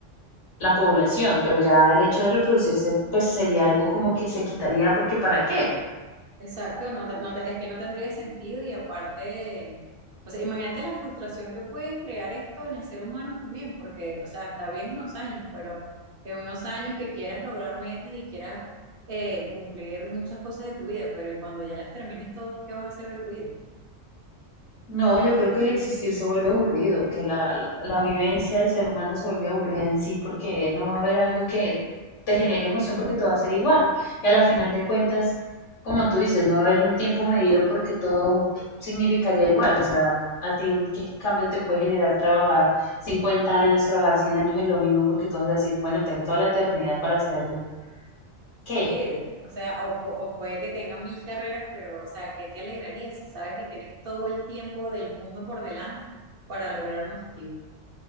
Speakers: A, on the left; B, on the right.
A: la población, pero ya el hecho de reproducirse pues sería algo como que se quitaría porque ¿para qué?
B: Exacto, no, te- no te- es que no tendría sentido y aparte, o sea, imagínate la frustración que puede crear esto en el ser humano también, porque, o sea, está bien unos años, pero en unos años que quieras lograr metas y quieras eh, cumplir muchas cosas de tu vida, pero y cuando ya las termines todas, ¿qué vas a hacer de tu vida?
A: No, yo creo que el existir se vuelve aburrido, que la, la vivencia del ser humano se vuelve aburrida en sí porque no va a haber algo que te genere emoción porque todo va a ser igual. Y a la final de cuentas, como tú dices, no va a haber un tiempo medido porque todo significaría igual. O sea, a ti, ¿qué cambio te puede generar trabajar 50 años, trabajar 100 años en lo mismo? Porque tú vas a decir, bueno, tengo toda la eternidad para hacerlo. ¿Qué?
B: Sí, o sea, o, pu- o puede que tenga mil carreras, pero, o sea, ¿qué te alegraría si sabes que tienes todo el tiempo del mundo por delante para lograr un objetivo?